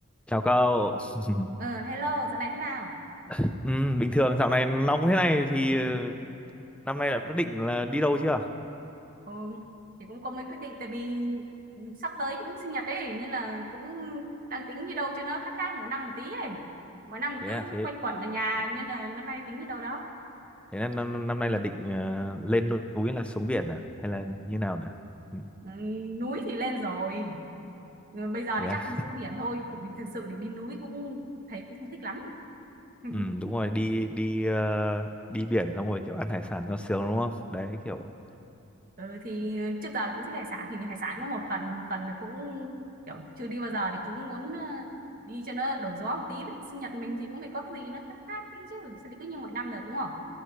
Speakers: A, in the centre; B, on the right.
A: Chào cậu. <laughs>
B: Ờ, hello, dạo này thế nào?
A: Ừ, bình thường dạo này nóng thế này thì ờ, năm nay đã quyết định là đi đâu chưa?
B: Ừ, thì cũng có mấy quyết định tại vì sắp tới cũng sinh nhật ấy nên là cũng đang tính đi đâu cho nó khác khác mỗi năm một tí ấy. Mỗi năm
A: Thế
B: cứ
A: à, thế
B: quanh quẩn ở nhà nên là năm nay tính đi đâu đó.
A: thế là năm năm nay là định ờ, lên núi hay là xuống biển à hay là như nào nè? Ừ,
B: Ừ, núi thì lên rồi. Ừ, bây giờ
A: thế
B: thì
A: à.
B: chắc đi
A: <laughs>
B: xuống biển thôi, bởi vì thực sự thì đi núi cũng thấy cũng không thích lắm ấy.
A: Ừ,
B: <laughs>
A: đúng rồi, đi đi ờ, đi biển xong rồi kiểu ăn hải sản cho sướng đúng không? Đấy kiểu
B: Ừ, thì trước giờ cũng thích hải sản thì hải sản có một phần một phần là cũng kiểu chưa đi bao giờ thì cũng muốn ờ, đi cho nó đổi gió một tí với định sinh nhật mình thì cũng phải có cái gì nó khác khác tí chứ sao lại cứ như mọi năm được đúng không